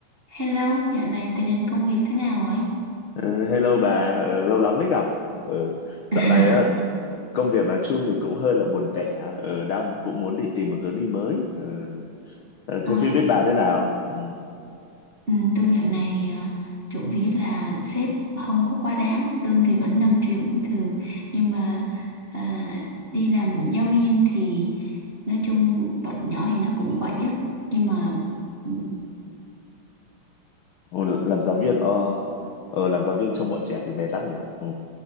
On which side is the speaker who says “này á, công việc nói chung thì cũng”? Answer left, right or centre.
Left